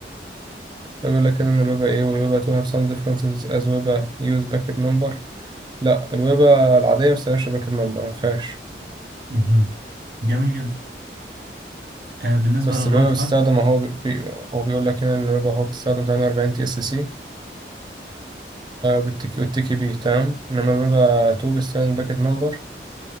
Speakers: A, on the right; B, on the right.
A: بيقول لك هنا ان الويبة ايه والويبة to have some differences as ويبة use packet number لا الويبة العادية ما بتستخدمش باكت نمبر ما فيهاش
B: مهم. جميل جدا آه بالنسبه
A: بس
B: للوايت
A: الويبة بتستخدم
B: هاك
A: اهو بي... بي- هو بيقول لك هنا ان الويبة اهو بتستخدم 48 تي اس سي بالتكي والتكي بي تمام انما الويبة 2 بتستخدم باكت نمبر